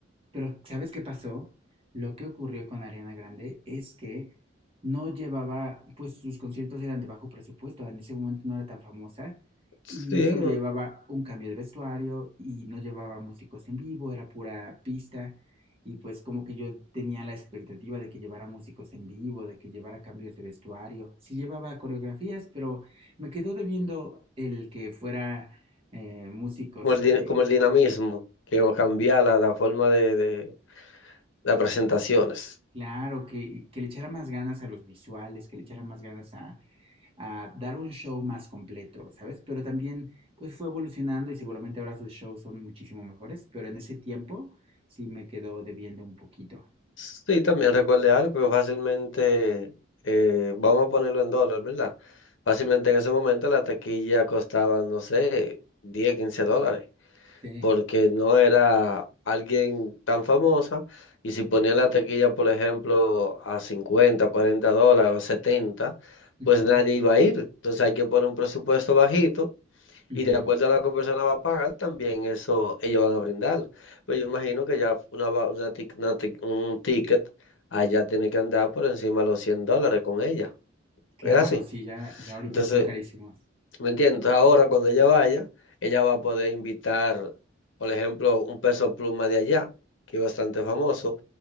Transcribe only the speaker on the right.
Pero ¿sabes qué pasó? Lo que ocurrió con Ariana Grande es que no llevaba, pues sus conciertos eran de bajo presupuesto, en ese momento no era tan famosa
y solo
llevaba un cambio de vestuario y no llevaba músicos en vivo, era pura pista y pues como que yo tenía la expectativa de que llevara músicos en vivo, de que llevara cambios de vestuario, sí llevaba coreografías, pero me quedó debiendo el que fuera eh, músicos
eh,
Claro, que, que le echara más ganas a los visuales, que le echara más ganas a, a dar un show más completo, ¿sabes? Pero también, pues fue evolucionando y seguramente ahora sus shows son muchísimo mejores, pero en ese tiempo sí me quedó debiendo un poquito.
Sí.
Ujú,
ujú.
Claro,
sí, ya, ya ahorita
son carísimos.